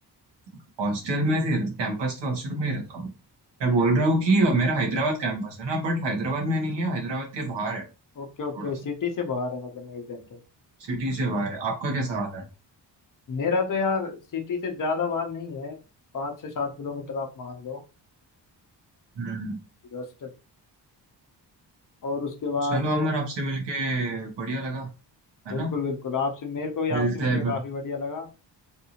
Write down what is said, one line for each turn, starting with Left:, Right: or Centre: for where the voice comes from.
Right: हूँ हॉस्टल में रह कैंपस के हॉस्टल में ही रहता हूँ मैं बोल
Left: अच्छा,
Right: रहा हूँ कि मेरा हैदराबाद कैंपस है ना बट हैदराबाद में नहीं है हैदराबाद के बाहर है
Left: ओके
Right: थोड़ा
Left: ओके सिटी
Right: सा
Left: से बाहर है मतलब एक घंटे
Right: सिटी से बाहर है आपका कैसा हाल है
Left: मेरा तो यार सिटी से ज्यादा बाहर नहीं है पाँच से सात किलोमीटर आप मान लो
Right: हम्म
Left: जस्ट और उसके बाद
Right: चलो अमर आपसे मिलके बढ़िया लगा है
Left: बिल्कुल
Right: ना
Left: बिल्कुल आपसे मेरे को भी
Right: मिलते
Left: आपसे मिलके
Right: हैं
Left: काफी बढ़िया लगा